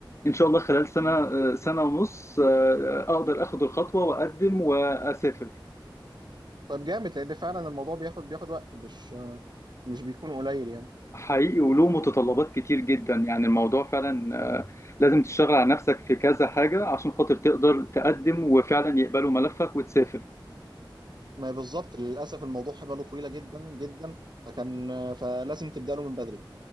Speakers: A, on the left (about 35°); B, on the right (about 60°).
A: ان شاء الله خلال سنة
B: مم.
A: آه، سنة ونص آه، آه، اقدر اخد الخطوة واقدم واسافر
B: طيب جامد لان فعلا الموضوع بياخد بياخد وقت مش مش بيكون قليل يعني
A: حقيقي وله متطلبات كتير جدا يعني الموضوع فعلا آه، لازم تشتغل على نفسك في كذا حاجة عشان خاطر تقدر تقدم وفعلا يقبلوا ملفك وتسافر
B: ما بالظبط للاسف الموضوع حباله طويله جدا جدا فكان فلازم تبدا له من بدري